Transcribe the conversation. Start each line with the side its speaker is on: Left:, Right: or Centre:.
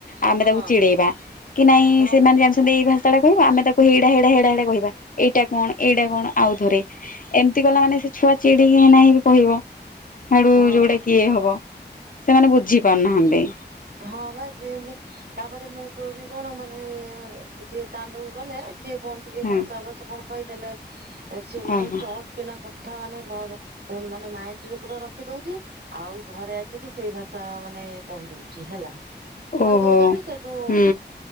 Left: ଆମେ
Right: ହଁ
Left: ତାକୁ ଚିଡେଇବା କି ନାଇଁ
Right: ହଁ
Left: ସେମାନେ
Right: ବା
Left: ଜାଣିଛନ୍ତି ଏଇ ଭାଷା ଟା କହିବ ଆମେ ତାକୁ ହେଇଡା ହେଇଡା ହେଡା ହେ। କହିବା ଏଇଟା କଣ ଏଇଟା କଣ ଆଉ ଥରେ। ଏମତି କଲା ମାନେ ସେ ଛୁଆ ଚିଡିକି ନାହିଁ ବି କହିବ। ହେଡୁ
Right: ହଁ
Left: ଯୋଉଟା କିଏ ଇଏ ହବ ସେମାନେ ବୁଝି ପାରୁ ନାହାନ୍ତି।
Right: ହଁ ବା ସେମିତି ତାପରେ ମୋ ପୁଅ ବି କଣ ମାନେ ଯିଏ ଦାଣ୍ଡକୁ ଗଲେ ଯିଏ କଣ ଟିକେ
Left: ହଁ
Right: ଭାଷା ଅଭାସ କଣ କହିଦେଲେ। ସିଏ ମାନେ
Left: ଓହୋ।
Right: ଚଟ କି ନା କ ଥା ମାନେ ଧରେ ମାନେ ମାଇଣ୍ଡ ରେ ପୁରା ରଖି ଦଉଛି ଆଉ ଘରେ ଆସିକି ସେଇ ଭାଷା ମାନେ। କହି ଦଉଛି ହେଲା କହି
Left: ଓହୋ
Right: ଦଉଛି ଯେଠୁ ସେଇଠୁ।
Left: ହୁଁ